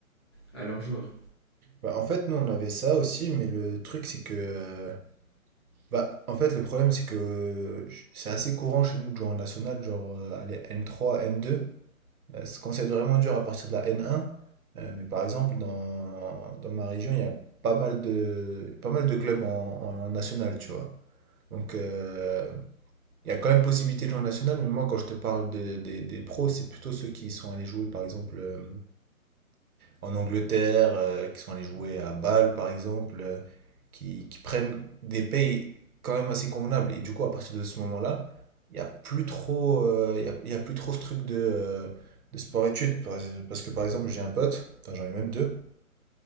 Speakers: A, on the left (about 20°); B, on the right (about 85°).
A: à leurs joueurs.
B: Bah, en fait, nous, on avait ça aussi, mais le truc, c'est que... euh, bah, en fait, le problème, c'est que euh, je- c'est assez courant chez nous de jouer en national, genre euh, allez, n trois n deux Euh, c'est- quand c'est vraiment dur à partir de la n un euh, mais par exemple, dans, dans ma région, il y a pas mal de, pas mal de clubs en, en en national, tu vois. Donc, euh, Il y a quand même possibilité de jouer en national, mais moi, quand je te parle de- des- des pros, c'est plutôt ceux qui sont allés jouer, par exemple, euh, en Angleterre, euh, qui sont allés jouer à Bâle, par exemple, euh, qui, qui prennent des payes quand même assez convenables. Et du coup, à partir de ce moment-là, il n'y a plus trop, euh, il y a, il y a plus trop ce truc de, euh, de sport-études. Parce parce que, par exemple, j'ai un pote, enfin, j'en ai même deux,